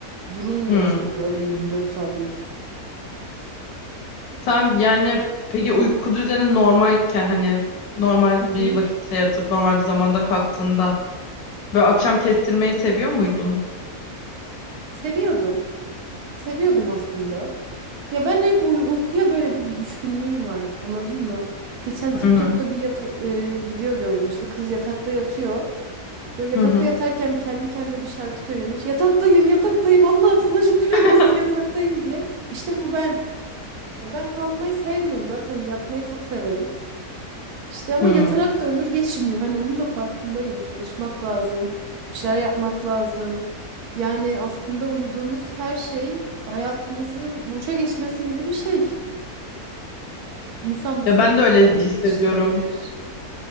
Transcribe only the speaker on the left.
Hmm.
Sen yani peki uyku düzenin normalken hani normal
bir
vakitte yatıp normal bir zamanda kalktığında böyle akşam kestirmeyi seviyor muydun?
Hı hı.
Hı hı.
<laughs>
Hmm.
Ya
ben de
öyle hissediyorum.